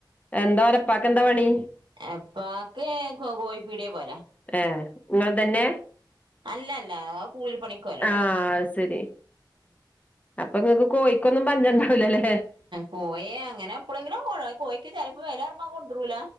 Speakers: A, on the left; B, on the right.
A: എന്താ ഒരേപ്പാക്ക് എന്താ പണി
B: എപ്പാക്ക് കോ കോഴിപ്പീടി പോല
A: ഏ ഇങ്ങൾ തന്നെ
B: അല്ല അല്ല അഹ് കൂലിപ്പണിക്ക് പോവല ഔടെ
A: ആഹ് അത് ശരി അപ്പൊ ങ്ങക്ക് കോഴിക്കൊന്നും പഞ്ചണ്ടാവൂലലെ
B: കോയി അങ്ങനെ എപ്പളെങ്ങിലുംഒക്കെ കൊണ്ടേരും കോഴിക്ക് ചെലപ്പോ വെലെറൂമ്പം കൊണ്ടൊരുല